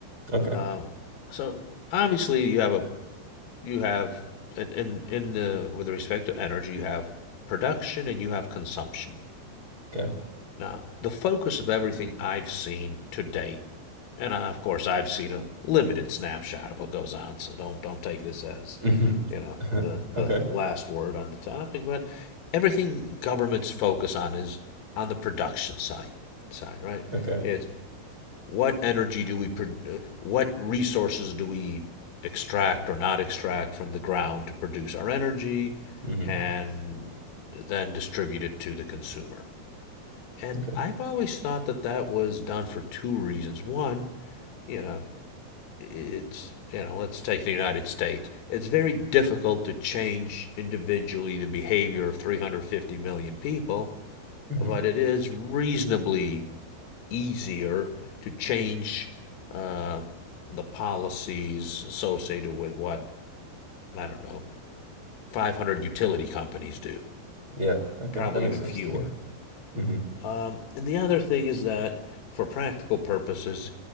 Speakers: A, on the right; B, on the left.
A: Okay,
B: um, so obviously you have a you have in in in the with respect to energy you have production and you have consumption
A: okay,
B: Now, the focus of everything I've seen to date, and I, of course I've seen a limited snapshot of what goes on, so don't don't take this as
A: hmm
B: you know
A: <laughs>
B: the the
A: okay,
B: last word on the topic, but everything governments focus on is on the production side side, right?
A: okay,
B: It's what energy do we pro- what resources do we extract or not extract from the ground to produce our energy
A: hmm
B: and then distribute it to the consumer and
A: okay,
B: I've always thought that that was done for two reasons. One, you know, it's, you know, let's take the United States. It's very difficult to change individually the behavior of 350 million people,
A: hmm
B: but it is reasonably easier to change uh, the policies associated with what, I don't know, 500 utility companies do,
A: yeah, okay,
B: probably
A: that makes
B: even
A: sense
B: fewer.
A: to me. hmm
B: Um, and the other thing is that, for practical purposes,